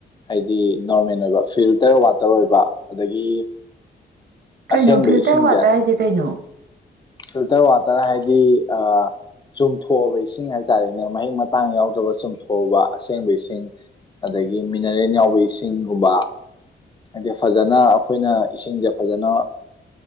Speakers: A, on the left (about 25°); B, on the right (about 70°).
A: ꯍꯥꯏꯗꯤ ꯅꯣꯔꯃꯦꯜ ꯑꯣꯏꯕ ꯐꯤꯜꯇꯔ ꯋꯥꯇꯔ ꯑꯣꯏꯕ ꯑꯗꯒꯤ
B: ꯀꯩꯅꯣ
A: ꯑꯁꯦꯡꯕ
B: ꯐꯤꯜꯇꯔ
A: ꯏꯁꯤꯡꯁꯦ
B: ꯋꯥꯇꯔ ꯍꯥꯏꯁꯦ ꯀꯩꯅꯣ
A: ꯐꯤꯜꯇꯔ ꯋꯥꯇꯔ ꯍꯥꯏꯗꯤ ꯆꯨꯝꯊꯣꯛꯑꯕ ꯏꯁꯤꯡ ꯍꯥꯏꯇꯥꯔꯦꯅꯦ ꯃꯍꯤꯛ ꯃꯇꯥꯡ ꯌꯥꯎꯗ꯭ꯔꯕ ꯆꯨꯝꯊꯣꯛꯑꯕ ꯑꯁꯦꯡꯕ ꯏꯁꯤꯡ ꯑꯗꯒꯤ ꯃꯤꯅꯔꯦꯜ ꯌꯥꯎꯕ ꯏꯁꯤꯡꯒꯨꯝꯕ ꯍꯥꯏꯗꯤ ꯐꯖꯅ ꯑꯩꯈꯣꯏꯅ ꯏꯁꯤꯡꯁꯦ ꯐꯖꯅ